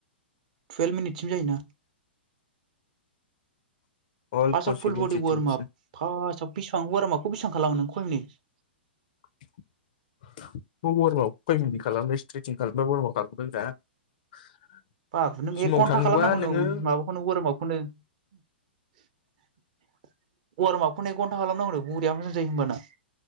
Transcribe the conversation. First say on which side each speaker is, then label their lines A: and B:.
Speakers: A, on the right; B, on the left.
A: टुवेल मिनिट सिम जायोना
B: अल
A: फास्स्टआव
B: पसिबोल
A: फुल बडि
B: सिटुवेसन
A: वरमाप फास्आव बेसिबां वारमाप <unintelligible>
B: <unintelligible>
A: <unintelligible> ववारमापखौनो
B: जिमाव थाङोबा नोङो
A: घन्टा खालामनांगौ बुरिया मोजां जायो होमबाना